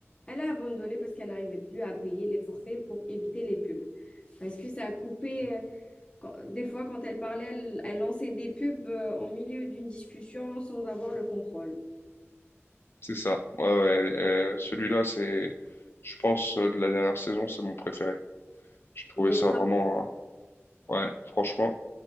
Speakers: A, on the left; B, on the left.
A: elle a abandonné parce qu'elle n'arrivait plus à payer les forfaits pour éviter les pubs. Parce que ça a coupé, euh, quand- des fois, quand elle parlait, elle, elle lançait des pubs euh, en milieu d'une discussion sans avoir le contrôle.
B: C'est ça. Ouais, ouais. euh, celui-là, c'est, je pense, euh, de la dernière saison, c'est mon préféré. J'ai trouvé
A: Il est
B: ça
A: frappant.
B: vraiment, euh, ouais, franchement,